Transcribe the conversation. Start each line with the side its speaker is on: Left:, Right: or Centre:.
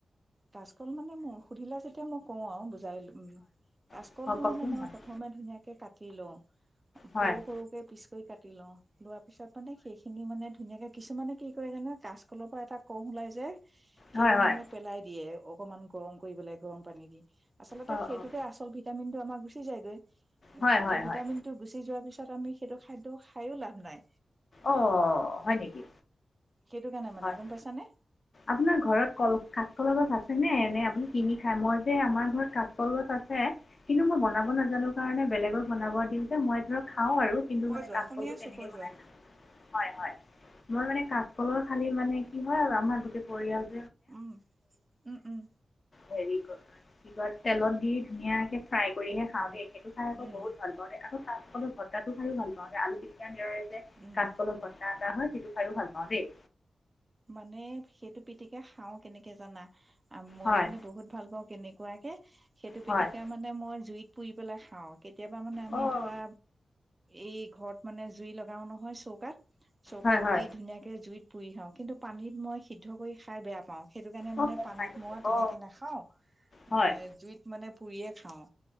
Right: কাচকল মানে মোৰ সুধিলা যেতিয়া মই কওঁ আৰু বুজাই। উম, কাচকলটো
Left: হয় কওকচোন
Right: মানে মই
Left: হয়
Right: প্ৰথমে ধুনীয়াকে কাটি লওঁ। সৰু
Left: হয়
Right: সৰুকে পিচ কৰি কাটি লওঁ। লোৱাৰ পিছত মানে সেইখিনি মানে ধুনীয়াকে কিছুমানে কি কৰে জানানে কাচকলৰ পৰা এটা কহ ওলাই যে সেইটো
Left: হয় হয়
Right: মানে পেলাই দিয়ে, অকমান গৰম কৰি পেলাই গৰম পানী দি। আচলতে,
Left: অঁ
Right: সেইটোতে
Left: অঁ
Right: আচল ভিটামিন টো আমাৰ গুচি যায়গৈ।
Left: হয় হয়
Right: সেই ভিটামিনটো
Left: হয়
Right: গুচি যোৱাৰ পিছত পিছত আমি সেইটো খাদ্য খায়ো লাভ নাই।
Left: অ' হয় নেকি?
Right: সেইটো কাৰণে মানে
Left: হয়,
Right: গম পাইছানে
Left: আপোনাৰ ঘৰত কল কাচকল গছ আছে। এনে এনে আপুনি কিনি খাই মই যে আমাৰ ঘৰত কাচকল গছ আছে, কিন্তু মই বনাব নাজানোঁ কাৰণে বেলেগক বনাব দিওঁ যে মই ধৰ খাওঁ আৰু কিন্তু
Right: কৈ
Left: মানে
Right: যোৱা
Left: কাচলটো
Right: শুনি আছো
Left: কেনেকে
Right: কৈ যোৱা
Left: বনাই হয়, হয়। মই মানে কাচকলৰ খালি মানে কি হয় আৰু আমাৰ গোটেই পৰিয়ালটোৰ
Right: উমহ, উম, উম।
Left: হেৰি কি কয় তেলত দি ধুনীয়াকে ফ্ৰাই কৰিহে খাওঁ দেই। সেইটো খাই আকৌ
Right: উম
Left: বহুত ভাল পাওঁ। আকৌ কাচকল ভজাটো খায়ো ভাল পাওঁ যে আলু পিটিকাৰ দৰে। যে
Right: উম
Left: কাচকলৰ ভজা এটা হয়, সেইটো খায়ো ভাল পাওঁ দেই।
Right: মানে, সেইটো পিটিকে খাওঁ কেনেকে জানা। আৰু মই
Left: হয়
Right: মানে বহুত ভাল পাওঁ, কেনেকুৱাকে সেইটো
Left: হয়
Right: পিটিকা মানে মই জুইত পুৰি পেলাই খাওঁ। কেতিয়াবা মানে আমি
Left: অঁ
Right: ধৰা এই ঘৰত মানে জুই লগাও নহয় চৌকাত। চৌকাত
Left: হয় হয়
Right: দি ধুনীয়াকে জুইত পুৰি খাওঁ। কিন্তু, পানীত মই সিদ্ধ কৰি খাই বেয়া পাওঁ। সেইটো কাৰণে মানে
Left: অ গম
Right: পানীত
Left: পাইছোঁ
Right: মই তেনেকে
Left: অ
Right: নাখাওঁ।
Left: হয়
Right: মানে জুইত মানে পুৰিয়ে খাওঁ।